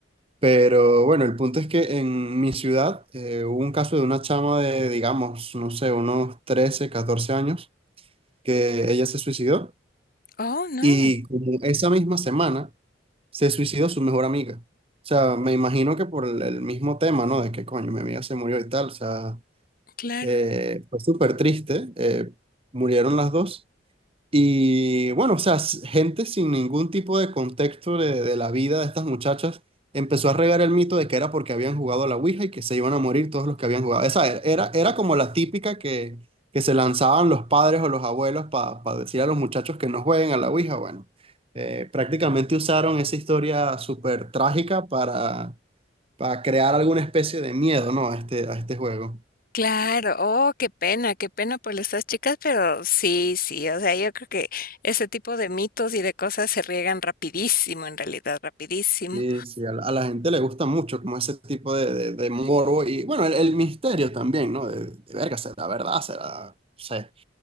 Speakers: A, on the right; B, on the left.
A: Pero bueno, el punto es que en mi ciudad eh, hubo un caso de una chama de, digamos, no sé, unos 13 14 años, que ella se suicidó.
B: Oh, no.
A: Y como esa misma semana se suicidó su mejor amiga. O sea, me imagino que por el, el mismo tema, ¿no? De que coño, mi amiga se murió y tal. O sea,
B: Claro,
A: eh, fue súper triste. eh, murieron las dos. Y bueno, o sea, s- gente sin ningún tipo de contexto de, de la vida de estas muchachas empezó a regar el mito de que era porque habían jugado a la Ouija y que se iban a morir todos los que habían jugado. Esa era, era, era como la típica que, que se lanzaban los padres o los abuelos para decir a los muchachos que no jueguen a la Ouija. Bueno, eh, prácticamente usaron esa historia súper trágica para, para crear alguna especie de miedo, ¿no? a este, a este juego.
B: claro. Oh, qué pena, qué pena por estas chicas, pero sí, sí, o sea, yo creo que ese tipo de mitos y de cosas se riegan rapidísimo, en realidad, rapidísimo.
A: Sí, sí, a la, a la gente le gusta mucho como ese tipo de, de, de morbo y bueno, el, el misterio también, ¿no? De, de verga, será verdad, será, no sé,